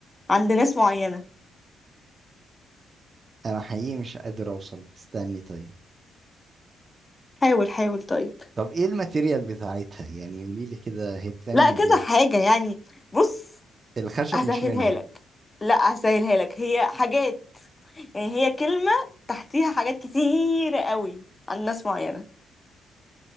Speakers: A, on the left; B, on the right.
A: عند ناس معينة
B: انا حقيقي مش قادر اوصل استني طيب
A: حاول حاول طيب
B: طب ايه الماتيريال بتاعتها يعني قولي لي كده هي بتعمل
A: لا
B: من
A: كذا
B: ايه
A: حاجة يعني بص
B: الخشب
A: هسهلها
B: مش منهم
A: لك لا هسهلها لك هي حاجات يعني هي كلمة تحتيها حاجات كتير قوي عند ناس معينة